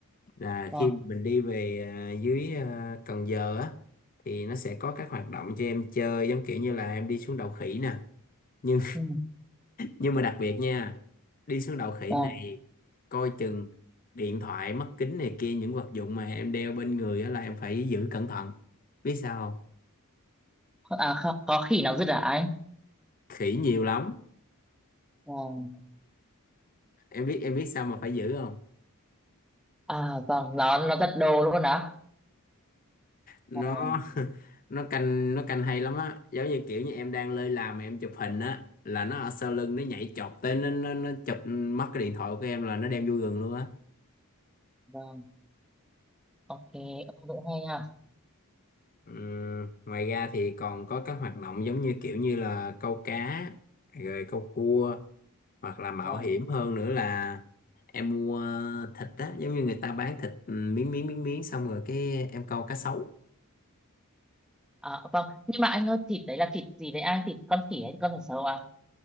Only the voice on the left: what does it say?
là
khi mình đi về à, dưới à, Cần Giờ á thì nó sẽ có các hoạt động cho em chơi giống kiểu như là em đi xuống đầu khỉ nè nhưng
nhưng mà đặc biệt nha đi xuống đầu khỉ
Ừ. này coi chừng điện thoại mắt kính này kia những vật dụng mà em đeo bên người á là em phải giữ cẩn thận biết sao không
khỉ nhiều lắm
em biết em biết sao mà phải giữ không
nó
<laughs> nó canh nó canh hay lắm á giống như kiểu như em đang lơi làm mà em chụp hình á là nó ở sau lưng nó nhảy chọt tới nó nó, nó chụp mất cái điện thoại của em là nó đem vô rừng luôn á
Ừm, ngoài ra thì còn có các hoạt động giống như kiểu như là câu cá rồi câu cua hoặc là mạo
hiểm hơn nữa là em mua thịt á giống như người ta bán thịt ừ, miếng miếng miếng miếng xong rồi cái em câu cá sấu